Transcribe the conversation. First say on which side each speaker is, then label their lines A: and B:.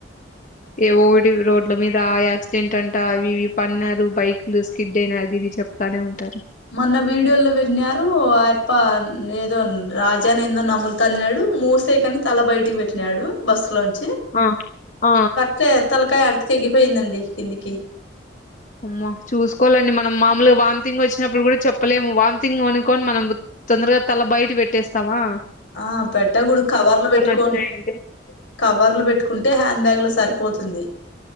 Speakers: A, on the left (about 40°); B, on the left (about 75°).
A: ఏ ఓకటి రోడ్ల మీద ఆ యాక్సిడెంట్ అంట అవి ఇవి పన్నారు బైక్లు స్కిడ్ అయిన అదీ ఇది చెప్ తనే ఉంటారు
B: మొన్న వీడియో లో పెట్టినారు అయప్ప ఏదో రాజనేనెందో నములుతాన్నాడు మూసేక్ కని తల బయటికి పెట్టినాడు బస్సులోంచి
A: అ ఆ
B: తె తలకాయ ఆడికి తెగిపోయిందండి కిందికి
A: అమ్మా చూసుకోవాలండి మనం మామూలుగా వామ్తింగ్ వచ్చినప్పుడు కూడ చెప్పలేము వామిథింగ్ అనుకొని మనం ఉత్ తొందరగ తల బయట పెట్టేస్తావా
B: ఆ పెట్టగూడుదు కవర్లు పెట్టుకోన్
A: వచ్చినాయంటే
B: కవర్లు పెట్టుకుంటే హ్యాండ్ బ్యాగ్ల సరిపోతుంది